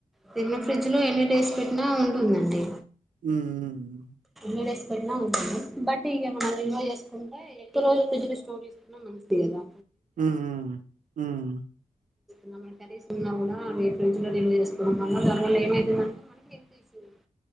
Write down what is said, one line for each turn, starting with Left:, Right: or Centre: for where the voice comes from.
Centre: తిన్న ఫ్రిడ్జ్ లో ఎన్ని డేస్ పెట్టినా ఉంటుందండి.
Right: ఉమ్, ఉమ్ ఉమ్
Centre: క్కువ డేస్ పెట్నా ఉంటుంది బట్ ఇగ మనం నిల్వ జేసుకుంటే ఎక్కువ రోజులు ఫ్రిజ్లో స్టోర్ చేస్కున్న మంచిది గదా
Right: హ్మ్ మ్మ్, హ్మ్
Centre: మన్న కర్రీస్ ఉన్నా గూడ అవి ఫ్రిడ్జ్ లో నిల్వ చేసుకోవడం వల్ల దానివల్ల ఏమయితుందంటే మనకి బెనిఫిట్స్